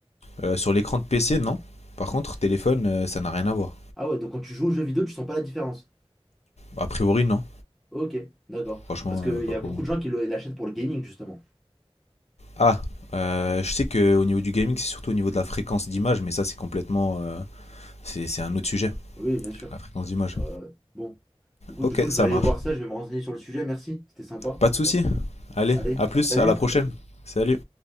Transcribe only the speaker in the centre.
Ah ouais, donc quand tu joues aux jeux vidéo, tu sens pas la différence.
Ok, d'accord.
Parce qu'il
y a
beaucoup
de gens qui le- l'achètent pour le gaming, justement.
Oui, bien sûr.
Euh, bon. Du coup,
du coup, je
vais aller
voir ça, je vais me renseigner sur le sujet. Merci, c'était sympa.
Allez,
salut,
à plus.